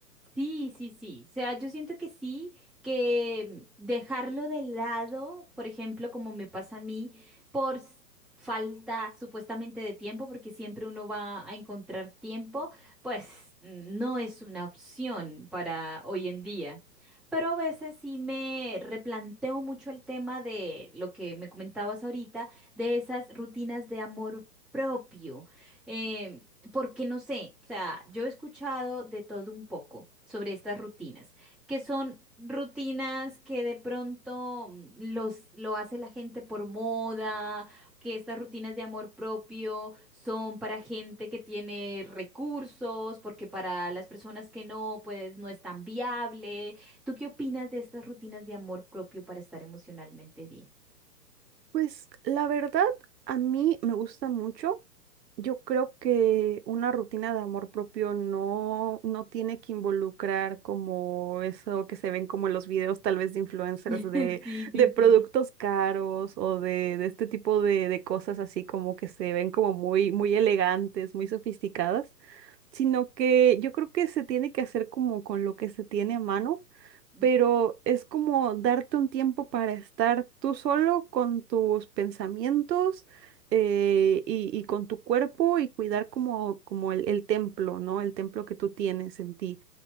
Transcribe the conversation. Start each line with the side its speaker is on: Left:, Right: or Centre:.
Centre: Sí, sí, sí. O sea, yo siento que sí, que dejarlo de lado, por ejemplo, como me pasa a mí, por s- falta supuestamente de tiempo, porque siempre uno va a encontrar tiempo, pues mm, no es una opción para hoy en día. Pero a veces sí me replanteo mucho el tema de lo que me comentabas ahorita, de esas rutinas de amor propio. Em, porque no sé, o sea, yo he escuchado de todo un poco sobre estas rutinas, que son rutinas que de pronto mm, los, lo hace la gente por moda, que estas rutinas de amor propio son para gente que tiene recursos, porque para las personas que no, pues no es tan viable. ¿Tú qué opinas de estas rutinas de amor propio para estar emocionalmente bien?
Right: Pues la verdad, a mí me gusta mucho. Yo creo que una rutina de amor propio no, no tiene que involucrar como eso que se ven como en los videos tal vez de influencers
Centre: <laughs>
Right: de,
Centre: Sí, sí,
Right: de productos
Centre: sí.
Right: caros o de, de este tipo de, de cosas así como que se ven como muy, muy elegantes, muy sofisticadas, sino que yo creo que se tiene que hacer como con lo que se tiene a mano
Centre: Ujú,
Right: pero es como darte un tiempo para estar tú solo con tus pensamientos eh, y, y con tu cuerpo y cuidar como, como el, el templo, ¿no? El templo que tú tienes en ti.